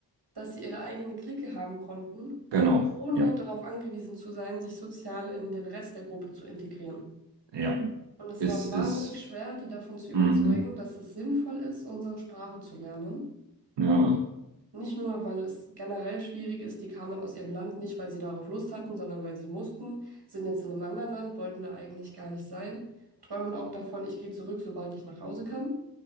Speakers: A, on the right (about 65°); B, on the right (about 85°).
A: dass sie ihre eigene Clique haben konnten,
B: genau,
A: ohne
B: ja,
A: darauf angewiesen zu sein, sich sozial in den Rest der Gruppe zu integrieren.
B: ja,
A: Und es
B: es
A: war
B: ist,
A: wahnsinnig schwer, die davon zu überzeugen,
B: mhm,
A: dass es sinnvoll ist, unsere Sprache zu lernen.
B: ja,
A: Nicht nur, weil es generell schwierig ist, die kamen aus ihrem Land nicht, weil sie darauf Lust hatten, sondern weil sie mussten, sind jetzt in einem anderen Land, wollten da eigentlich gar nicht sein, träumen auch davon, ich gehe zurück, sobald ich nach Hause kann.